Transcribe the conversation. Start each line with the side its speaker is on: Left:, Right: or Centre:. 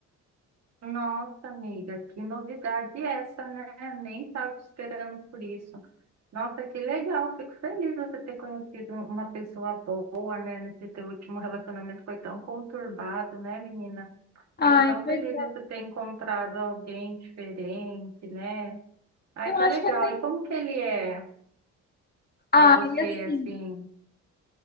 Right: Nossa, amiga, que novidade essa, né? Nem estava esperando por isso. Nossa, que legal, fico feliz você ter conhecido uma pessoa boa, né? Nesse teu último relacionamento foi tão conturbado, né, menina?
Left: Ai,
Right: Fico tão feliz
Left: pois
Right: de você ter encontrado alguém diferente, né? Ai,
Left: é. eu
Right: que
Left: acho
Right: legal.
Left: que até.
Right: E como que ele é para
Left: Ai,
Right: você,
Left: assim.
Right: assim?